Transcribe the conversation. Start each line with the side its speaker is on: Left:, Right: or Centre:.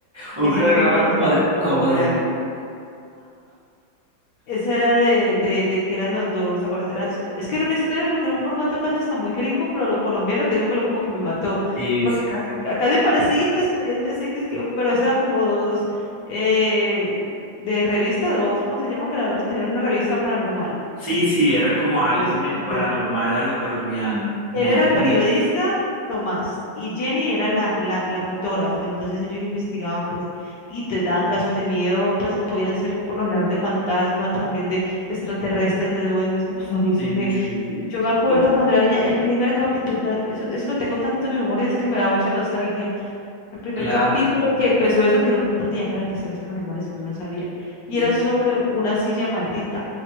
Right: Un
Left: esa
Right: programa
Left: es infancia
Right: como de,
Left: pura.
Right: como de,
Left: Esa era de, de, de que eran los dos, ¿te acuerdas? Eran, es que era una historia porque era un formato casi hasta muy gringo, pero lo colombiano, que eso fue lo como que me mató,
Right: sí,
Left: porque
Right: sí.
Left: casi, ca- casi parecido a Expedientes X, que, pero esos eran como dos eh, de revista, dos, ¿cómo se llama? Creadores, tenían una revista paranormal.
Right: Sí, sí, era como
Left: y
Right: algo
Left: Por eso,
Right: de paranormal
Left: pues,
Right: a lo colombiano. Mu-
Left: él era el
Right: muy-
Left: periodista, Tomás, y Jenny era la, la, la fotógrafa. Entonces ellos investigaban, pues, y te daban casos de miedo, pues, podían ser por lo general de fantasmas, también de, de extraterrestres, de duendes. Uf, a mí eso
Right: Sí,
Left: me...
Right: sí, sí.
Left: Yo me acuerdo
Right: Y
Left: cuando era niña, el primer capítulo, ta- eso, eso lo tengo tanto en mi memoria, es que me da mucha nostalgia. El primer
Right: claro.
Left: capítulo que empezó eso, que uno no entendía, claro, que historias paranormales que uno no sabía, y
Right: Y
Left: era sobre una silla maldita.